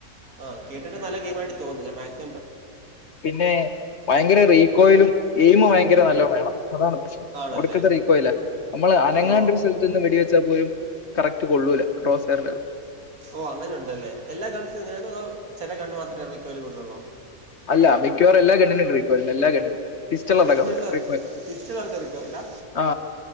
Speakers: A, on the right; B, on the left.
A: ആ കേട്ടിട്ട് നല്ല ഗെയിം ആയിട്ട് തോന്നുന്നു ഞാൻ മാക്സ്
B: പിന്നെ ഭയങ്കര റീകോയിലും എയിമും ഭയങ്കര നല്ല വേണം അതാണ് പ്രശ്നം
A: ആണല്ലേ
B: ഒടുക്കത്തെ റിക്കോയിലാ നമ്മള് അനങ്ങാണ്ട്
A: ഓ
B: ഒരു സ്ഥലത്ത്ന്ന് വെടിവെച്ചാൽ പോലും കറക്റ്റ് കൊള്ളൂല ക്ളോസ്ഡ്റിന്
A: ഓ അങ്ങനെ ഉണ്ടല്ലേ എല്ലാ ഗൺസിനും ഇങ്ങനെയാണോ അതോ ചെല ഗണ്ണ് മാത്രമേ റീ കോയിലബിൾ ഉള്ളോ
B: അല്ല മിക്കവാറും എല്ലാ ഗണ്ണിനും റിക്കോയിൽ ഉണ്ട് എല്ലാ ഗണ്ണിനും പിസ്റ്റൾ
A: പിസ്റ്റൾല്
B: അടക്കം റീകോയിൽ
A: പിസ്റ്റളും ഒക്കെ റീകോയിലാ
B: ആ